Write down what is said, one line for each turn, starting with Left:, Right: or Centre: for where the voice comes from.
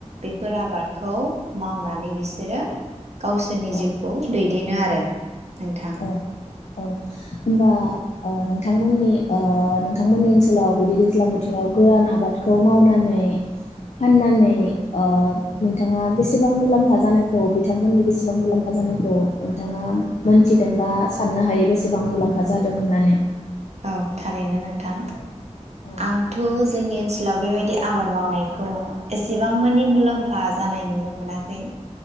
Right: बेफोर आबादखौ मावनानै बिसोरो गावसोरनि
Left: औ
Right: जिउखौ दैदेनो आ रो नोंथां
Left: औ औ होमबा ओ नों थांमोननि ओ नोंथांमोननि ओनसोलाव बिदि दैज्लां बोथोराव गोरान आबादखौ मावनानै फाननानै ओ नोंथाङा बेसेबां मुलाम्फा जानायखौ बिथांमोननि बेसेबां मुलाम्फा जानायखौ नोंथाङा मोनथि थिदोंबा साननो हायो बेसेबां मुलाम्फा जादों होननानै
Right: औ थारैनो नोंथां
Left: औ औ
Right: आंथ' जोंनि ओनसोलाव बेबायदि आबाद मावनायखौ एसेबां मानि मुलाम्फा जानाय नुनो मोनाखै